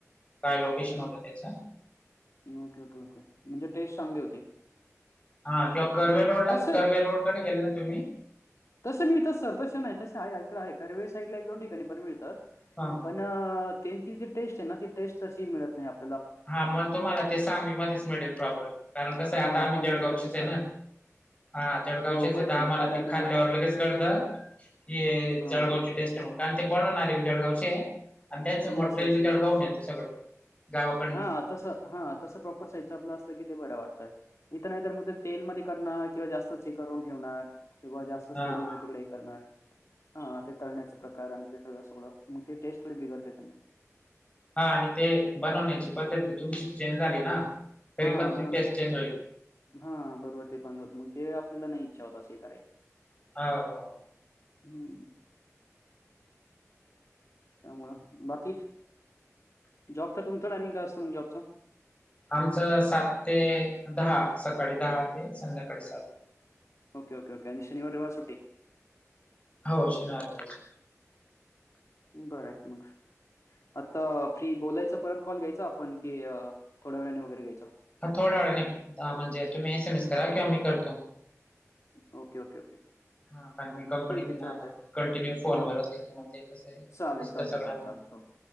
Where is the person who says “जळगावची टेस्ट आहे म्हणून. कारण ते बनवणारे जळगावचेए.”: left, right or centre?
Left